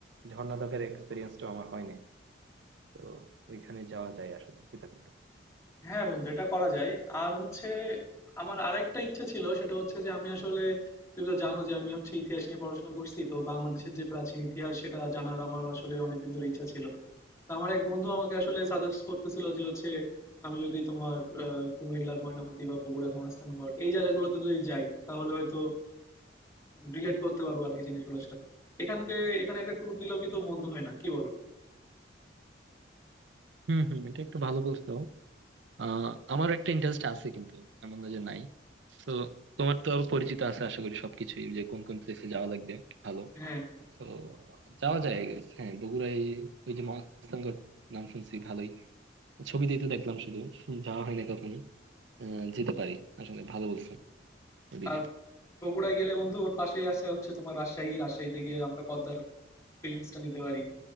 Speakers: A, on the right (about 75°); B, on the left (about 15°).
A: ঝর্ণা দেখার এক্সপিরিয়েন্সটাও আমার হয়নি তো ওইখানে যাওয়া যায় আসলে সীতাকুণ্ড
B: হ্যাঁ বন্ধু এটা করা যায় আর হচ্ছে আমার আরেকটা ইচ্ছা ছিল সেটা হচ্ছে যে আমি আসলে তুমি তো জানো যে আমি হচ্ছে ইতিহাস নিয়ে পড়াশোনা করছি তো বাংলাদেশের যে প্রাচীন ইতিহাস সেটা জানার আমার আসলে অনেকদিন ধরে ইচ্ছা ছিল তো আমার এক বন্ধু আমাকে আসলে সাজেস্ট করতেছিল যে হচ্ছে আমি যদি তোমার আহ, কুমিল্লার ময়নামতি বা বগুড়ার মহাস্থানগড় এই জায়গাগুলোতে যদি যাই তাহলে হয়তো রিলেট করতে পারবো আর কি জিনিসগুলোর সাথে এখানকে এখানে একটা ট্যুর দিলেও কিন্তু মন্দ হয় না কি বলো
A: হম হম এটা একটু ভালো বলছো আহ আমার একটা ইন্টারেস্ট আছে কিন্তু এমন না যে নাই তো তোমার তো আবার পরিচিত আছে আশা করি সবকিছুই যে কোন কোন প্লেসে যাওয়া লাগবে ভালো
B: হ্যাঁ হ্যাঁ
A: তো যাওয়া যায় I guess। হ্যাঁ বগুড়ায় ওই যে মহাস্থানগড় নাম শুনছি ভালোই ছবিতেই তো দেখলাম শুধু যাওয়া হয় না কখনো আহ, যেতে পারি আসলে ভালো বলছো ওদিকে
B: আর বগুড়া গেলে বন্ধু ওর পাশেই আছে হচ্ছে তোমার রাজশাহী রাজশাহীতে গিয়ে আমরা পদ্মার ফিলিংসটা নিতে পারি